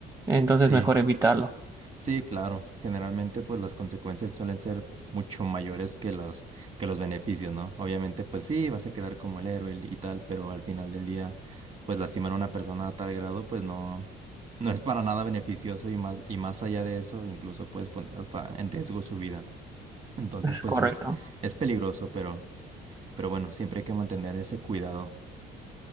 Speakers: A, on the right (about 20°); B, on the right (about 40°).
A: Entonces,
B: Sí,
A: mejor evitarlo.
B: Sí, claro. Generalmente, pues las consecuencias suelen ser mucho mayores que los, que los beneficios, ¿no? Obviamente, pues sí, vas a quedar como el héroe y, y tal, pero al final del día, pues lastimar a una persona a tal grado, pues no, no es para nada beneficioso y más, y más allá de eso, incluso puedes poner hasta en riesgo su vida. Entonces,
A: Es
B: pues
A: correcto.
B: es, es peligroso, pero, pero bueno, siempre hay que mantener ese cuidado.